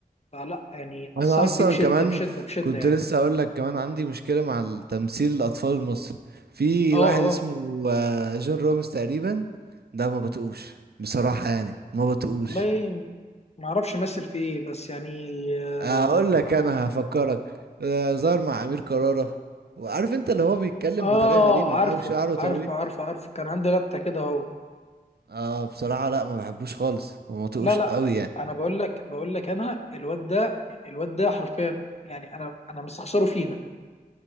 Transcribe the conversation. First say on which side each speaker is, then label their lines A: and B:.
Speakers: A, on the left (about 40°); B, on the right (about 80°).
A: فلا يعني
B: انا
A: انصحك
B: اصلا
A: بيه بشده
B: كمان
A: بشده بشده
B: كنت
A: يعني
B: لسه اقول لك كمان عندي مشكلة مع تمثيل الاطفال المصري في
A: اه
B: واحد اسمه
A: اه
B: آه جون رامز تقريبا ده ما بطيقوش بصراحة يعني ما بطيقوش
A: والله ما اعرفش امثل في ايه بس يعني آه،
B: اقول
A: ما
B: لك
A: ما
B: انا هفكرك آه، ظهر مع امير كرارة وعارف انت اللي هو بيتكلم
A: اه
B: بطريقه غريبه
A: عارفه
B: ده وشعره طويل
A: عارفه عارفه عارفه كان عندي لقطه كده اهو
B: اه بصراحه لا ما بحبوش خالص وما طيقوش
A: لا لا
B: قوي يعني
A: انا بقول لك بقول لك انا الواد ده الواد ده حرفيا يعني انا انا مستخسره فينا